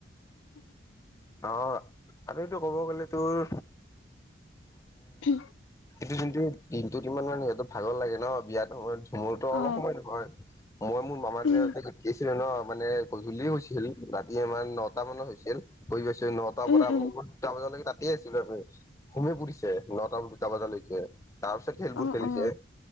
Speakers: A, on the left (about 75°); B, on the left (about 15°).
A: <unintelligible>
B: অ', আৰুটো ক'ব গ'লে তোৰ
A: উম।
B: সেইটো কিন্তু দিনটোত কি ইমান মানে সিহঁতৰ ভাগৰ লাগে ন বিয়াত সময়ত মোৰতো
A: অ
B: অলপ সময় নহয়, মই মোৰ মামাৰ
A: উম
B: বিয়াতে <unintelligible> ন মানে গধূলি হৈছিল ৰাতি আমাৰ নটা মানত হৈছিল কৰি পাইছো নটাৰ পৰা
A: উম
B: আ
A: উম
B: দুটা বজালৈকে তাত তে আছিলো আমি, সুমও পুৰিছিলে নটা দুটা বজালৈকে। তাৰ পিছত খেলবোৰ
A: অ
B: খেলিছে।
A: অ